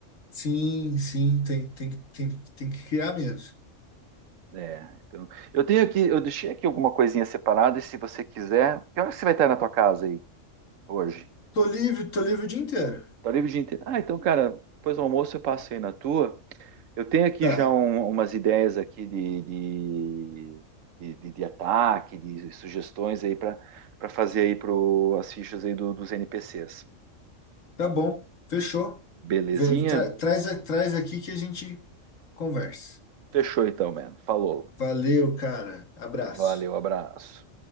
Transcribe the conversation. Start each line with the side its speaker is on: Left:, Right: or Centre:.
Left: Sim, sim, tem, tem, tem, tem que criar mesmo.
Right: É, então, eu tenho aqui, eu deixei aqui alguma coisinha separada, e se você quiser, que hora que você vai estar na tua casa aí hoje?
Left: Tô livre, tô livre o dia inteiro.
Right: Tá livre o dia inteiro. Ah, então, cara, depois do almoço eu passo aí na tua. Eu tenho aqui
Left: Tá.
Right: já um- umas ideias aqui de, de, de, de- de ataque, de sugestões aí para para fazer aí pro, as fichas aí do- dos NPCs.
Left: Tá bom, fechou.
Right: Belezinha?
Left: Vem, tra- traz, traz aqui que a gente conversa.
Right: Fechou então, mano. Falou.
Left: Valeu, cara. Abraço.
Right: Valeu, abraço.